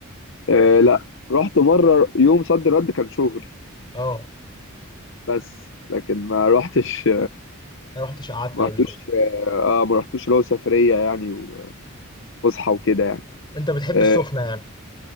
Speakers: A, on the left (about 60°); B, on the left (about 20°).
A: أه لا رحت مره يوم صد رد كان شغلي
B: اه
A: بس لكن ما رحتش
B: ما رحتش قعدت
A: ما
B: قبل
A: رحتوش
B: كده
A: اه ما رحتوش اللي هو سفريه يعني وفسحه وكده يعني
B: انت بتحب
A: اه
B: السخنه يعني